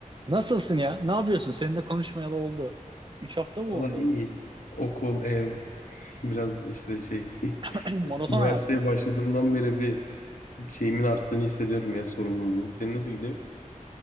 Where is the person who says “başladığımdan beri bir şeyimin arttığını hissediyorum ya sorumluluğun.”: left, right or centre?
Left